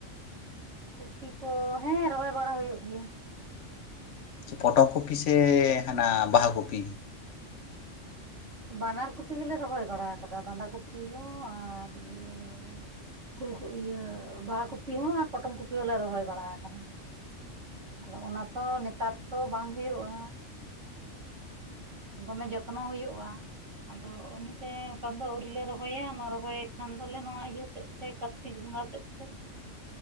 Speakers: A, on the right (about 65°); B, on the left (about 70°).
A: ᱠᱚᱯᱤ ᱠᱚ ᱦᱮᱸ ᱨᱚᱦᱚᱭ ᱵᱟᱲᱟ ᱦᱩᱭᱩᱜ ᱜᱮᱭᱟ᱾
B: ᱯᱚᱴᱚᱢ ᱠᱚᱯᱤ ᱥᱮ ᱦᱟᱱᱟ ᱵᱟᱦᱟ ᱠᱚᱯᱤ?
A: ᱵᱟᱱᱟᱨ ᱠᱚᱯᱤ ᱜᱮᱞᱮ ᱨᱚᱦᱚᱭ ᱵᱟᱲᱟ ᱟᱠᱟᱫᱟ ᱵᱟᱸᱫᱷᱟ ᱠᱚᱯᱤ ᱦᱚᱸ ᱟᱨ ᱤᱭᱟᱹ ᱯᱷᱩᱞ ᱤᱭᱟᱹ ᱵᱟᱦᱟ ᱠᱚᱯᱤ ᱦᱚᱸ ᱟᱨ ᱯᱚᱴᱚᱢ ᱠᱚᱯᱤ ᱦᱚᱸᱞᱮ ᱨᱚᱦᱚᱭ ᱵᱟᱲᱟ ᱟᱠᱟᱫᱟ ᱾ ᱟᱫᱚ ᱚᱱᱟ ᱛᱚ ᱱᱮᱛᱟᱨ ᱛᱚ ᱵᱟᱝ ᱦᱩᱭᱩᱜᱼᱟ ᱾ ᱫᱚᱢᱮ ᱡᱚᱛᱱᱚ ᱦᱩᱭᱩᱜᱼᱟ ᱾ ᱟᱫᱚ ᱤᱱᱟᱹᱛᱮ ᱱᱮᱛᱟᱨ ᱫᱚ ᱟᱹᱣᱨᱤ ᱞᱮ ᱨᱚᱦᱚᱭᱟ ᱨᱚᱦᱚᱭ ᱠᱷᱟᱱ ᱫᱚᱞᱮ ᱱᱚᱣᱟ ᱤᱭᱟᱹ ᱥᱮᱫ ᱛᱮ ᱠᱟᱨᱛᱤᱠ ᱵᱚᱸᱜᱟ ᱥᱮᱫᱛᱮ ᱾